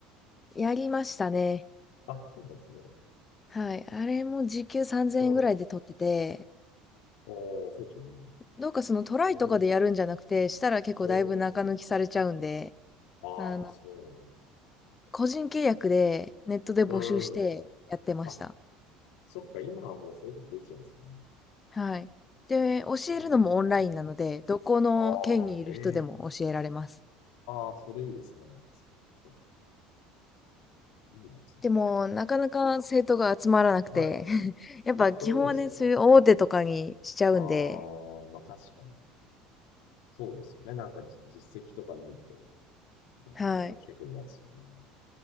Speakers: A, on the left (about 20°); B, on the left (about 80°).
A: やりましたね。
B: あ、そうなんですね。
A: はい。あれも時給3000円ぐらいで取ってて、
B: うん。ああ、そうですよね。
A: どうかそのトライとかでやるんじゃなくて、
B: あれ、
A: したら結構だいぶ中抜きされちゃうんで、
B: うん。ああ、
A: あの、
B: そうなんだ
A: 個人契約でネットで募集してやってました。
B: うん。あ、そっか、今はもうそういうことできちゃうんですよね。
A: はい。で、教えるのもオンラインなので、
B: あ
A: どこの県にいる人でも教えられます。
B: あ、ああ、ええああ、それいいですね。そっかいいな、それ。
A: でも、なかなか生徒が集まらなくて、
B: はい。
A: <laughs> やっぱ基本はね、
B: あ、そういうもんですか
A: そういう大手とかにしちゃうんで、
B: ああ、まあ確かに。そうですよね。なんかじ実績とかないとなかなか来てくれないですよね。
A: はい。